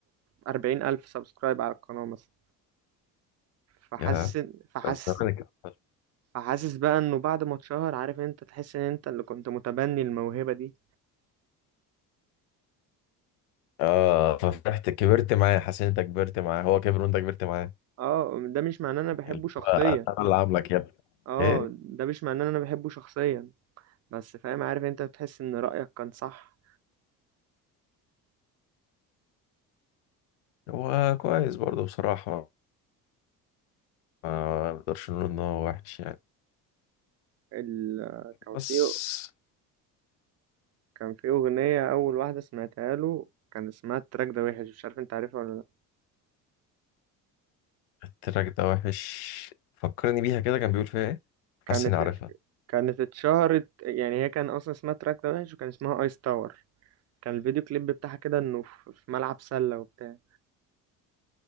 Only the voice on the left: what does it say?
يا
طب زمان كان أحسن.
اه ففرحت كبرت معاه حسين انت كبرت معاه هو كبر وانت كبرت معاه
اللي
هو انا اللي عاملك يا ابني.
ايه
هو كويس برضه بصراحة ما نقدرش نقول ان هو وحش يعني
بس
التراك ده وحش فكرني بيها كده كان بيقول فيها ايه
حاسس اني عارفها